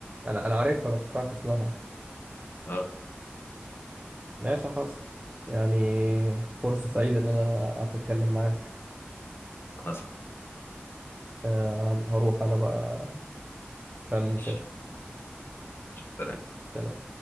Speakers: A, on the right; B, on the left.
A: انا انا عارفها بس مش عارف اسمها
B: اه
A: ماشي حصل يعني فرصه سعيده ان انا قعدت اتكلم معاك
B: خلاص
A: آه هروح انا بقى عشان
B: ماشي
A: مسافر
B: سلام.
A: سلام